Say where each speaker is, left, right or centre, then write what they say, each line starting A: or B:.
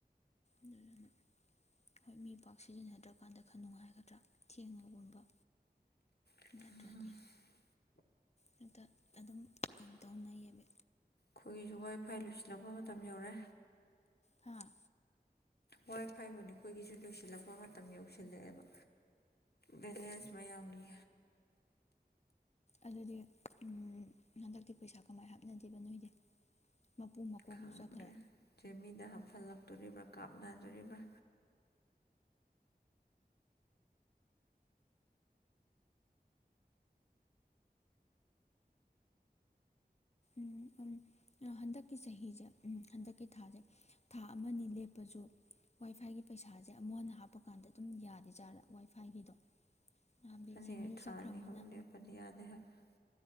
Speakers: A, on the left; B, on the left.
A: ꯑꯗꯨꯗꯨꯅ ꯍꯣꯏ ꯃꯤ ꯄꯥꯛ ꯁꯤꯖꯤꯟꯅꯗ꯭ꯔꯀꯥꯟꯗ ꯈꯔ ꯅꯨꯡꯉꯥꯏꯒꯗ꯭ꯔꯥ ꯊꯦꯡꯉꯒꯨꯝꯕ
B: <unintelligible>
A: ꯅꯠꯇ꯭ꯔꯗꯤ ꯍꯦꯛꯇ ꯑꯗꯨꯝ ꯀꯩꯅꯣ ꯇꯧꯅꯩꯌꯦꯕ
B: ꯈꯣꯏꯒꯤꯖꯨ ꯋꯥꯏꯐꯥꯏ ꯂꯣꯏꯁꯤꯜꯂꯛꯄ ꯃꯇꯝ ꯌꯧꯔꯦ
A: ꯍꯥꯥ
B: ꯋꯥꯏ ꯐꯥꯏꯕꯨꯅꯤ ꯈꯣꯏꯒꯤꯖꯨ ꯂꯣꯏꯁꯤꯜꯂꯛꯄ ꯃꯇꯝ ꯌꯧꯁꯤꯜꯂꯦꯑꯦꯕ ꯕꯦꯂꯦꯟꯁ ꯃꯌꯥꯝꯒꯤ
A: ꯑꯗꯨꯗꯤ ꯎꯝ ꯍꯟꯗꯛꯇꯤ ꯄꯩꯁꯥ ꯀꯃꯥꯏ ꯍꯥꯞꯅꯗꯦꯕ ꯅꯣꯏꯗꯤ ꯃꯄꯨ ꯃꯀꯣꯛꯁꯨ
B: ꯈꯥꯡꯗ꯭ꯔꯦ
A: ꯆꯠꯈ꯭ꯔꯦ
B: ꯆꯦꯃꯤꯗ ꯍꯥꯞꯐꯜꯂꯛꯇꯣꯔꯤꯕ꯭ꯔꯥ ꯀꯥꯞ ꯅꯗꯣꯔꯤꯕꯔꯥ
A: ꯎꯝ ꯑꯝ ꯍꯟꯗꯛꯀꯤ ꯆꯍꯤꯖꯦ ꯎꯝ ꯍꯟꯗꯛꯀꯤ ꯊꯥꯖꯦ ꯊꯥ ꯑꯃꯅꯤ ꯂꯦꯞꯄꯖꯨ ꯋꯥꯏ ꯐꯥꯏꯒꯤ ꯄꯩꯁꯥꯖꯦ ꯑꯃꯨꯛ ꯍꯟꯅ ꯍꯥꯞꯄꯀꯥꯟꯗ ꯑꯗꯨꯝ ꯌꯥꯗꯦ ꯖꯥꯔ ꯋꯥꯏ ꯐꯥꯏꯒꯤꯗꯣ ꯍꯥꯏꯕꯗꯤ
B: ꯑꯅꯤ
A: ꯆꯦꯡꯃꯩꯁꯨ
B: ꯑꯩ ꯊꯥ
A: ꯆꯠꯈ꯭ꯔꯕꯅꯤꯅ
B: ꯑꯅꯤ ꯍꯨꯝ ꯂꯦꯞꯄꯗꯤ ꯌꯥꯗꯦ ꯍꯥꯏꯕ